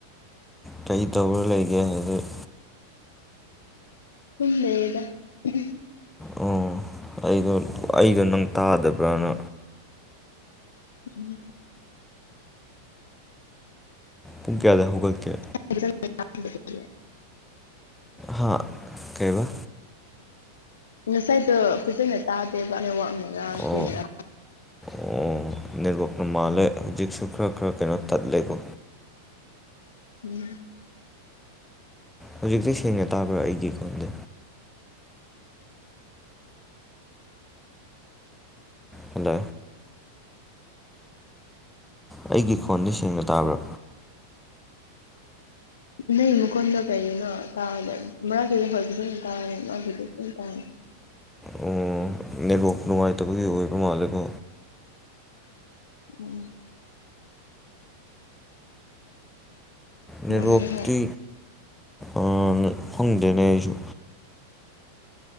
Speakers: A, in the centre; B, on the left (about 65°).
A: ꯀꯩ ꯇꯧꯔꯥ ꯂꯩꯒꯦ ꯍꯧꯖꯤꯛ
B: ꯁꯨꯝ ꯂꯩꯌꯦꯗ ꯎꯝꯎꯝ
A: ꯑꯣ ꯑꯩꯗꯣ ꯑꯩꯗꯣ ꯅꯪ ꯇꯥꯗꯕ꯭ꯔꯅ
B: ꯎꯝ
A: ꯄꯨꯡ ꯀꯌꯥꯗ ꯍꯧꯒꯠꯀꯦ
B: <inaudible>
A: ꯍꯥꯥ ꯀꯩꯕ
B: ꯉꯁꯥꯏꯗꯣ ꯐꯖꯅ ꯇꯥꯗꯦꯕ ꯅꯦꯠꯋꯥꯛꯅ ꯔꯥ ꯀꯔꯤꯅꯥꯔ
A: ꯑꯣ ꯑꯣ ꯅꯦꯠꯋꯛꯅ ꯃꯥꯜꯂꯦ ꯍꯧꯖꯤꯛꯁꯨ ꯈꯔ ꯈꯔ ꯀꯩꯅꯣ ꯇꯠꯂꯦꯀꯣ
B: ꯎꯝ
A: ꯍꯧꯖꯤꯛꯇꯤ ꯁꯦꯡꯅ ꯇꯥꯕ꯭ꯔꯥ ꯑꯩꯒꯤ ꯈꯣꯟ <unintelligible> ꯍꯜꯂꯣ ꯑꯩꯒꯤ ꯈꯣꯟꯗꯤ ꯁꯦꯡꯅ ꯇꯥꯕ꯭ꯔ
B: ꯅꯪ ꯃꯈꯣꯟꯗꯣ ꯀꯔꯤꯒꯤꯅꯣ ꯇꯥꯗꯦꯝ ꯃꯔꯛꯇꯨꯗ ꯍꯣꯏ <unintelligible> ꯇꯥꯔꯦ ꯃꯔꯛꯇꯨꯗ <unintelligible> ꯇꯥꯔꯦ
A: ꯑꯣ ꯅꯦꯠꯋꯛ ꯅꯨꯡꯉꯥꯏꯇꯕꯒꯤ ꯑꯣꯏꯕ ꯃꯥꯜꯂꯦꯀꯣ
B: ꯎꯝ
A: ꯅꯦꯠꯋꯥꯛꯇꯤ
B: ꯃꯥꯜꯂꯦ ꯍꯣꯏ
A: ꯑꯅ ꯈꯪꯗꯦꯅꯦ ꯑꯩꯁꯨ